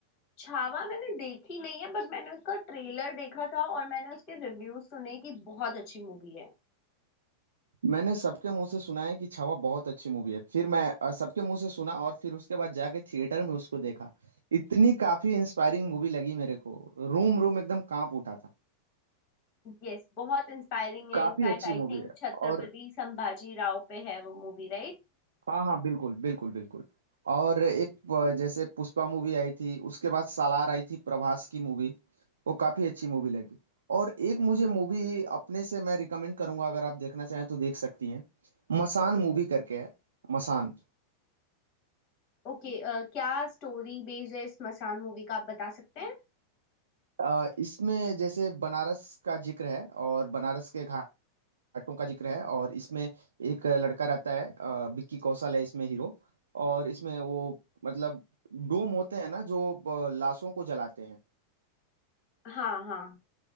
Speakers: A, on the left; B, on the right.
A: छावा मैंने देखी नहीं है बट मैंने उसका ट्रेलर देखा था और मैंने उसके रिव्यूज सुने कि बहुत अच्छी मूवी है
B: मैंने सबके मुंह से सुना है कि छावा बहुत अच्छी मूवी है फिर मैं आ, सबके मुंह से सुना और फिर उसके बाद जाके थिएटर में उसको देखा इतनी काफी इंस्पायरिंग मूवी लगी मेरे को रूम रूम एकदम कांप उठा था
A: यस बहुत इंस्पायरिंग है
B: काफी
A: In fact
B: अच्छी मूवी
A: I think
B: है
A: Chhatrapati
B: और
A: Sambhaji Rao पे है वो मूवी राइट
B: हाँ हाँ बिल्कुल बिल्कुल बिल्कुल और एक अ, जैसे पुष्पा मूवी आई थी उसके बाद सालार आई थी प्रभास की मूवी वो काफी अच्छी मूवी लगी और एक मुझे मूवी अपने से मैं रिकमेंड करूंगा अगर आप देखना चाहें तो देख सकती हैं मसान मूवी करके है मसान
A: ओके क्या स्टोरी बेस है इस मसान मूवी का आप बता सकते हैं
B: अ, इसमें जैसे बनारस का जिक्र है और बनारस के घाटों का जिक्र है और इसमें एक लड़का रहता है अ, विक्की कौशल है इसमें हीरो और इसमें वो मतलब डोम होते हैं ना जो अ, लाशों को जलाते हैं
A: हाँ हाँ